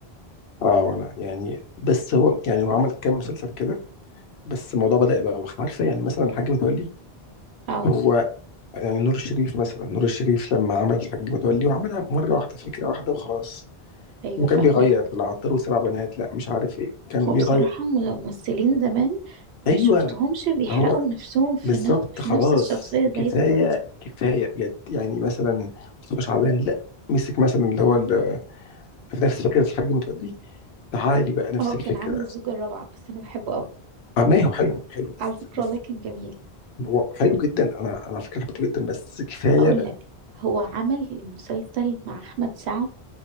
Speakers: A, on the left; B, on the right.
A: <laughs> اه انا يعني بس هو يعني هو عمل كام مسلسل كده بس الموضوع بدأ يبقى وخ- عارفه يعني مثلا الحاج متولي
B: اه
A: هو يعني نور الشريف مثلا نور الشريف لما عمل الحاج متولي وعملها مره واحده فكره واحده وخلاص
B: ايوه
A: وكان
B: فاهمه
A: بيغير العطار وسبع بنات لا مش عارف ايه كان
B: هو
A: بيغير
B: بصراحة م- ممثلين زمان ما
A: ايوه
B: شفتهمش بيحرقوا
A: هو
B: نفسهم في
A: بالظبط
B: نف...
A: خلاص
B: في نفس الشخصية زي
A: كفايه
B: دلوقتي
A: كفايه بجد يعني مثلا مصطفى شعبان لا مسك مثلا اللي هو ال- في نفس فكره الحاج متولي تعالي بقى نفس
B: اه
A: الفكره
B: كان عامل الزوجة الرابعة بس أنا بحبه أوي
A: اه ما هو حلو حلو بس
B: على فكرة
A: بس
B: والله كان جميل
A: هو حلو جدا انا انا على فكره حبيته جدا بس كفايه
B: هقول
A: بقى
B: لك هو عمل المسلسل مع أحمد سعد